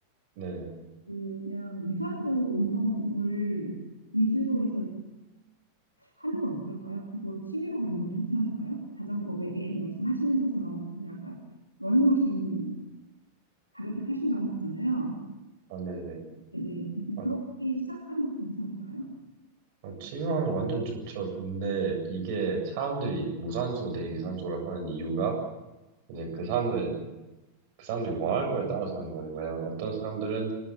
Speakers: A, on the right; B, on the left.
A: 네.
B: 그냥 유산소 운동을 위주로 해서 하는 건 어떨까요? 그걸 취미로 갖는 것도 괜찮을까요? 자전거 외에 뭐 지금 하시는 것처럼 그 아까 러닝머신 가볍게 타신다고 하셨잖아요.
A: 아, 네네.
B: 네네. 그냥
A: 아,
B: 그렇게 시작하는 것도 괜찮을까요?
A: 아, 취미로하면 완전 좋죠. 근데 이게 사람들이 무산소 대 유산소를 하는 이유가 이제 그 사람들 그 사람들이 원하는 거에 따라서 하는 거는 왜냐면 어떤 사람들은